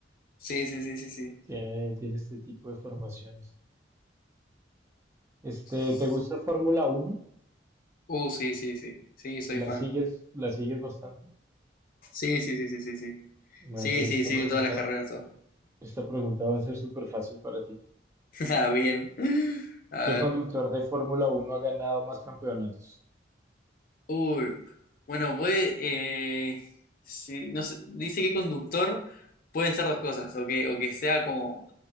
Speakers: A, on the left; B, on the right.
A: sí, sí, sí, sí, sí.
B: Tiene, tiene este tipo de formaciones. Este,
A: Sí,
B: ¿te
A: sí.
B: gusta
A: sí.
B: Fórmula Uno
A: Uh, sí, sí, sí, sí, soy
B: ¿La
A: fan.
B: sigues, la sigues bastante?
A: Sí, sí, sí, sí, sí, sí.
B: Bueno,
A: Sí,
B: entonces
A: sí,
B: esta
A: sí,
B: pregunta,
A: de todas las carreras, todo.
B: esta pregunta va a ser súper fácil para ti.
A: <laughs> Ah, bien. A
B: ¿Qué
A: ver.
B: conductor de Fórmula Uno ha ganado más campeonatos?
A: Uy, bueno, puede, eh, sí, no sé, dice que conductor pueden ser dos cosas, o que, o que sea como